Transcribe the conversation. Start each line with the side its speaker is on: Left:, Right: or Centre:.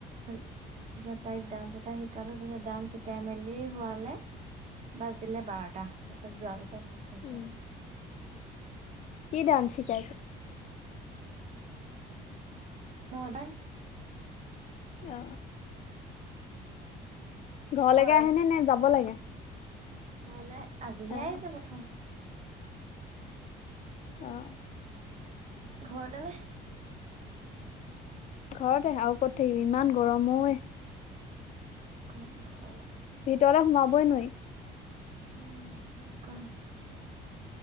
Right: তাৰপিছত তাইক ডান্স এটা শিকালোঁ তাৰপিছত ডান্স শিকাই মেলি হোৱালে বাজিলে বাৰটা তাৰপাছত যোৱা পিছত ভাত খাইছোঁ
Left: উম,
Right: আৰু
Left: কি ডান্স শিকাইছ?
Right: মদাৰ্ণ
Left: অ। ঘৰলেকে
Right: ঘৰত
Left: আহে নে নে যাব লাগে?
Right: ঘৰলে আজিহে
Left: অ',
Right: আহিছে প্ৰথম
Left: অ'।
Right: ঘৰতে নে?
Left: ঘৰতে আৰু ক'ত থাকিবি ইমান গৰম ঐ
Right: <unintelligible>
Left: ভিতৰলে সোমাবই নোৱাৰি
Right: উম বহুত গৰম